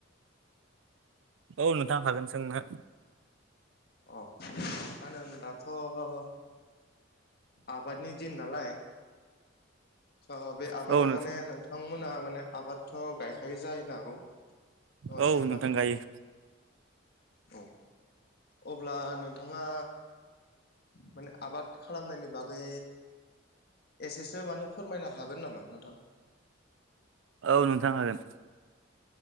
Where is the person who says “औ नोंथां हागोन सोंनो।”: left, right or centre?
Right